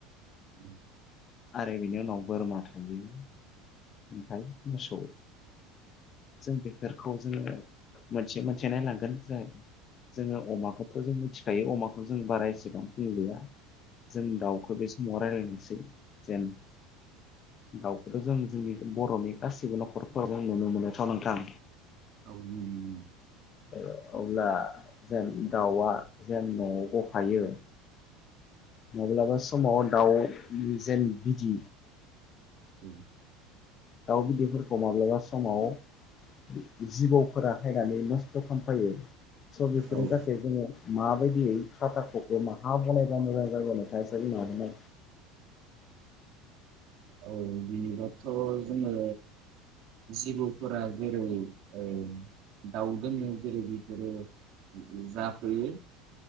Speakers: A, on the right; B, on the left.
A: <inaudible>
B: आरो बिनि उनाव बोरमा थायो। ओमफ्राय मोसौ जों बे बेखौ जोङो मोनसे मोनसे नायलांगोन जाय जोङो अमाखौथ' जों मिथि दायो अमाखौ जों बारायसिगोन फुं गैया जों दाउखौ बेसे मआ रायलायनोसै। जेन दाउफोर जों जोंनि बर'नि गासिबो न'खरफोरावनो नुनो मोनोथ' नोंथां।
A: औ मोनो ओं।
B: ओ अब्ला जेन दाउआ जेन न'आव गफायो। माब्लाबा समाव दाउ जेन बिदि
A: <inaudible>
B: दाउ बिदैफोरखौ माब्लाबा समाव जिबौफोरा हायनानै नस्थ खालामफायो। स बिफोरनि
A: औ
B: थाखाय जोङो माबायदियै खाटाखौ माहा बनायबा मोजां जागोन नोंथाङा एसे बुंनो हागोन ना?
A: औ बिनिबाथ ' जोङो जिबौफोरा जेरै ओ दाउ दोङो जेरै बेफोरो जाफैयो।